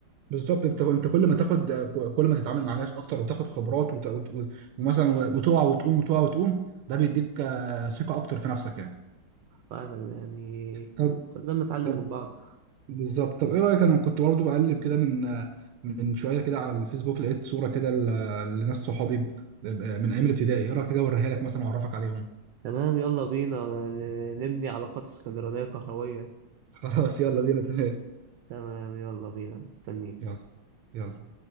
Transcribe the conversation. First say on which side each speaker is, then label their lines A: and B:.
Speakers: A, on the right; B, on the right.
A: بالظبط انت انت كل ما تاخد كل ما تتعامل مع ناس اكتر وتاخد خبرات وت... وت... وت- ومثلا وتقع وتقوم وتقع وتقوم ده بيديك آه، ثقة اكتر في نفسك يعني
B: فعلا يعني
A: طب
B: كلنا بنتعلم
A: طب
B: من بعض
A: بالظبط طب ايه رأيك انا كنت برضو بقلب كده من آه، من شوية كده على الفيسبوك لقيت صورة كده ل- لناس صحابي ب- ب- من ايام الابتدائي ايه رأيك تجي اوريها لك مثلا واعرفك عليهم
B: تمام يلا بينا ن- نبني علاقات اسكندرانيه كهرويه
A: <laughs> خلاص يلا بينا تمام
B: تمام يلا بينا مستنيك
A: يلا يلا